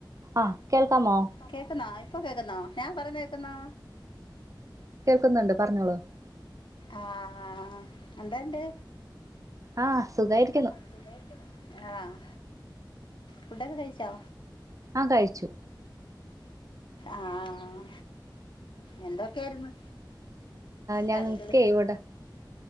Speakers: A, on the right; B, on the left.
A: ആ കേൾക്കാമോ?
B: കേക്കുന്നാ ഇപ്പൊ കേക്കുന്നോ ഞാൻ പറന്ന കേക്കുന്നോ?
A: കേൾക്കുന്നുണ്ട് പറഞ്ഞോളൂ
B: ആഹ് എന്താണ്ട്?
A: ആഹ് സുഖായിരിക്കുന്നു.
B: സുഖായിരിക്കുന്നു. ആഹ് ഫുഡോക്കെ കഴിചോ?
A: ആഹ് കഴിച്ചു
B: ആഹ് എന്തോക്കേര്ന്ന്
A: ഞങ്ങൾക്കെ
B: കറികള്
A: ഇവിടെ